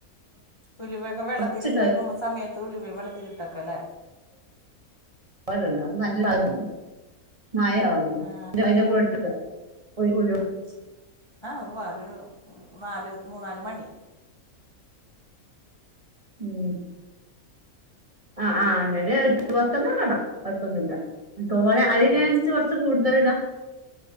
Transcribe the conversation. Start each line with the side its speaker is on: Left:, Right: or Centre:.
Left: ഉലുവൊക്കെ വെള്ളത്തിലിട്ട്
Right: കൊറച്ച്
Left: വെക്കുമ്പ സമയത്ത് ഉലുവിം വെള്ളത്തിലട്ടക്കല്ലേ
Right: <unintelligible> <unintelligible> മഴയുണ്ടോ?
Left: ആ
Right: <unintelligible>
Left: ആ ഉവ്വ അത് ഒരു നാല് മൂന്നാല് മണി
Right: ഉം ആഹ്. ആ. എന്നട്ട് എട്ട് പത്തണ്ണോകിട കുഴപ്പൊന്നില്ല തോനെ അയിനനുസരിച്
Left: ഉം ഉം
Right: കുറച്ച് കൂടുതലിടാ
Left: ഉം